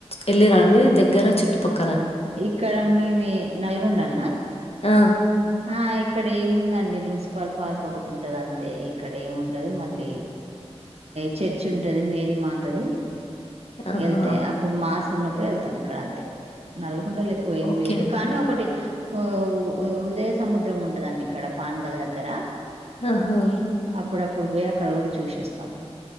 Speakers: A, on the left; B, on the right.
A: వెళ్ళిరా అండి. ద్గర చట్టుపక్క
B: ఇక్కడ మేమి నల్గొండలనా
A: ఆ
B: ఆ ఇక్కడ ఏముందండి మున్సిపల్ పార్క్ ఒకటి ఉంటది అంతే ఇక్కడ ఏం ఉండదు మళ్ళీ చర్చ్ ఉంటది మేరీ మాతది.
A: ఆహా!
B: ఎళ్తే అప్పుడు మాస్ ఉన్నప్పుడు ఎళ్తాం ఇక్కడ అంతే నల్గొండలో ఎక్కువ ఏం
A: ఓకే
B: లేదు
A: అండి.
B: కానీ ఒకటి ఓ ఓ ఉదే సముద్రం ఉంటదండి ఇక్కడ పాన్గల్ దగ్గర
A: ఆహా
B: అప్పుడప్పుడు పోయి అక్కడ కూడా చూసివస్తాం